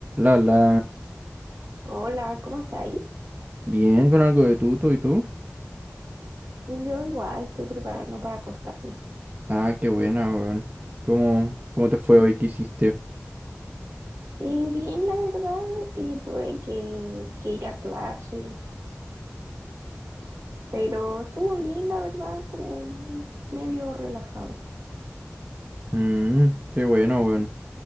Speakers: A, on the right (about 35°); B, on the right (about 65°).
A: La, la,
B: Hola, ¿cómo está ahí?
A: bien con algo de tuto y tú.
B: Yo igual estoy preparando para acostarme.
A: Ah, qué buena, weón. ¿Cómo, cómo te fue hoy? ¿Qué hiciste?
B: Y bien, la verdad, eh, tuve que, que ir a clases, pero estuvo bien, la verdad, como medio relajado.
A: Mm, qué bueno, weón.